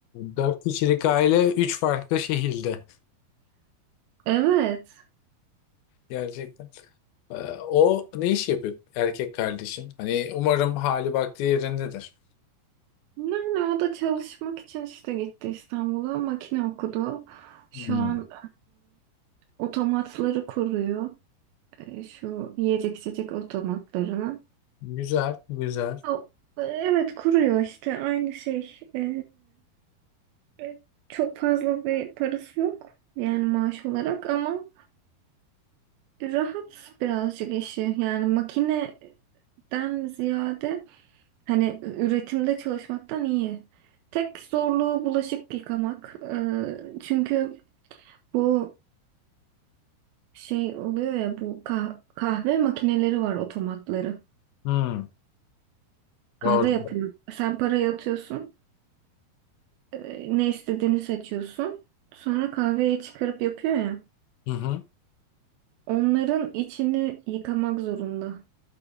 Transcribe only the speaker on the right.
Evet.
Yani o da çalışmak için işte gitti İstanbul'a. Makine okudu. Şu
an e, otomatları kuruyor. E, şu yiyecek içecek otomatlarını.
O- Evet kuruyor işte aynı şey. E, e, çok fazla bir parası yok. Yani maaş olarak ama Rahat birazcık işi yani makineden ziyade hani üretimde çalışmaktan iyi. Tek zorluğu bulaşık yıkamak. Ee, çünkü bu şey oluyor ya bu kah- kahve makineleri var otomatları.
Kahve
yapıyor. Sen parayı atıyorsun. e, ne istediğini seçiyorsun. Sonra kahveyi çıkarıp yapıyor ya.
Onların içini yıkamak zorunda.